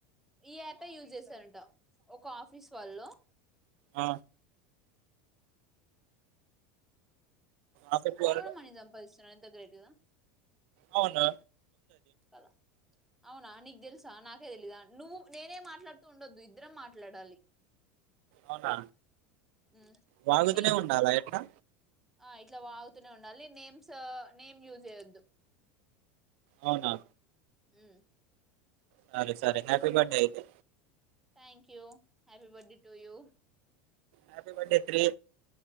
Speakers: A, in the centre; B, on the right.
A: చేార ఒక ఆఫీస్ వల్లో
B: హ ఆఫీస్
A: కోల్లో
B: వరకు
A: మనె సంపాదిస్తున్నా ఎంత గ్రేట్ కదా
B: అవున
A: కద అవునా నీగ్ తెల్సా నాకైతెలిదా నువ్ నేనే మాట్లాడుతూ ఉండొద్దు ఇద్దరం మాట్లాడాలి
B: అవునా
A: ఉమ్
B: వాగుతూనే
A: నేన్
B: ఉండాలా ఎట్లా
A: ఆ ఇట్లా వాగుతూనే ఉండాలి నేమ్స్ నేమ్ యూజ్ చేయొద్దు
B: అవున
A: ఉమ్
B: సరె సరే హ్యాపీ బార్డే అయితే
A: thank you happy birthday to you
B: happy birthday three